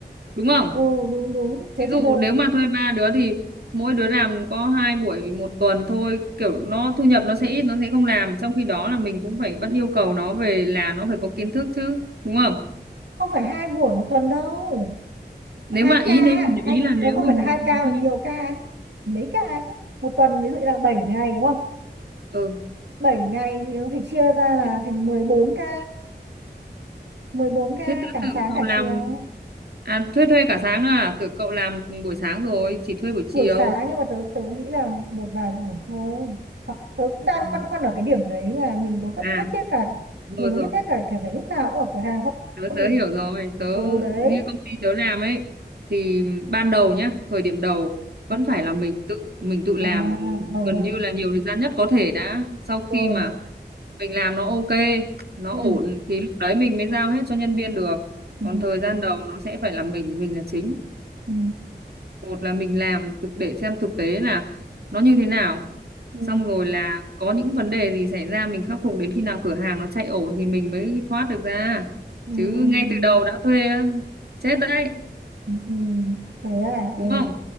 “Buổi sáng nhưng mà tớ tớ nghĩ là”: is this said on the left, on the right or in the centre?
Right